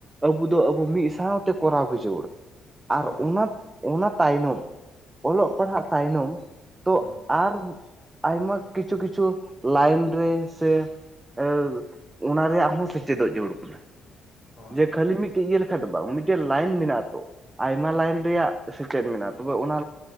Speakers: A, on the right; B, on the left.
A: ᱟᱵᱩ ᱫᱚ ᱟᱵᱚ ᱢᱤᱫ ᱥᱟᱶᱛᱮ ᱠᱚᱨᱟᱣ ᱵᱩᱡᱷᱟᱹᱣ ᱵᱚᱱᱟ
B: ᱦᱳᱭ
A: ᱟᱨ ᱚᱱᱟ ᱚᱱᱟ ᱛᱟᱭᱱᱚᱢ ᱚᱞᱚᱜ ᱯᱟᱲᱦᱟᱜ ᱛᱟᱭᱱᱚᱢ ᱛᱚ
B: ᱦᱩᱸ
A: ᱟᱨ ᱟᱭᱢᱟ ᱠᱤᱪᱷᱩ ᱠᱤᱪᱷᱩ ᱞᱟᱭᱮᱱ ᱨᱮ ᱥᱮ ᱮᱸ ᱚᱱᱟ ᱨᱮᱭᱟᱜ ᱦᱚᱸ ᱥᱮᱪᱮᱫᱚᱜ ᱡᱟᱹᱨᱩᱲ ᱠᱟᱱᱟ
B: ᱦᱳᱭ
A: ᱡᱮ ᱠᱷᱟᱹᱞᱤ ᱢᱤᱫᱴᱮᱡᱽ ᱤᱭᱟᱹ ᱞᱮᱠᱷᱟᱡᱽ ᱫᱚ ᱵᱟᱝ ᱢᱤᱫᱴᱮᱡᱽ ᱞᱟᱭᱮᱱ ᱢᱮᱱᱟᱜᱽ ᱟᱛᱚ ᱟᱭᱢᱟ ᱞᱟᱭᱮᱱ ᱨᱮᱭᱟᱜ ᱥᱮᱪᱮᱫ ᱢᱮᱱᱟᱜᱼᱟ ᱛᱚᱵᱮ ᱚᱱᱟ